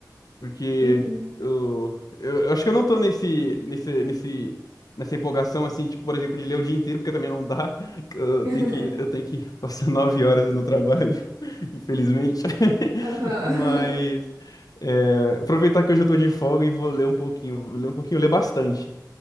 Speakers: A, on the left; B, on the right.
A: porque
B: Uhum.
A: eu, eu, eu acho que eu não tô nesse, nesse, nesse, nessa empolgação, assim, tipo, por exemplo, de ler o dia inteiro, porque também não dá, <laughs> que eu
B: <laughs>
A: tenho que, eu tenho que <laughs> passar nove horas no trabalho, <laughs> infelizmente,
B: Aham.
A: <laughs> mas
B: <laughs>
A: é, aproveitar que hoje eu tô de folga e vou ler um pouquinho, vou ler um pouquinho, ler bastante,